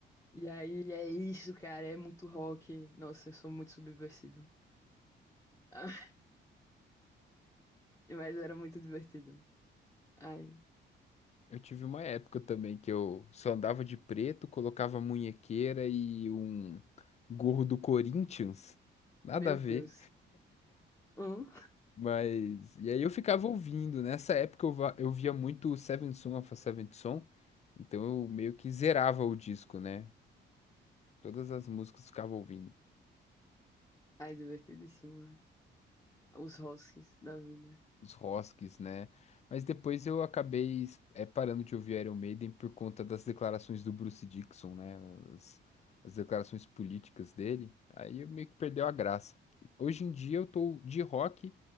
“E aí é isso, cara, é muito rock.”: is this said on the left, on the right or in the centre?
Left